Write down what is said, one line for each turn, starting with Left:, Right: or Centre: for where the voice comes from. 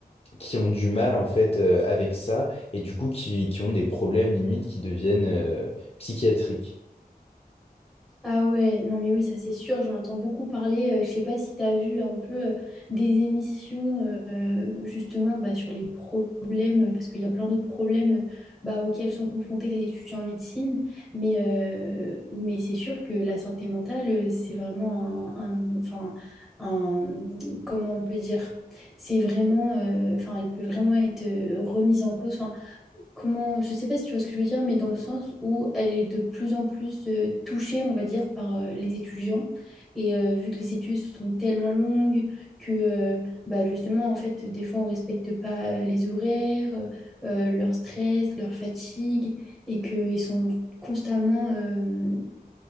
Left: qui ont du mal en fait euh, avec ça et du coup qui, qui ont des problèmes limites qui deviennent euh, psychiatriques.
Centre: Ah ouais, non mais oui, ça c'est sûr, j'en entends beaucoup parler. euh, je sais pas si tu as vu un peu euh, des émissions euh, justement bah, sur les problèmes, euh, parce qu'il y a plein d'autres problèmes euh, bah, auxquels sont confrontés les étudiants en médecine, mais, euh, mais c'est sûr que la santé mentale, euh, c'est vraiment un, un- enfin, un, comment on peut dire, c'est vraiment, euh, enfin, elle peut vraiment être euh, remise en cause. enfin, comment, je sais pas si tu vois ce que je veux dire, mais dans le sens où elle est de plus en plus euh, touchée, on va dire, par euh, les étudiants. Et euh, vu que les études sont tellement longues que, euh, bah justement, en fait, des fois, on respecte pas euh, les horaires, euh, euh, leur stress, leur fatigue, et qu'ils sont constamment, euh,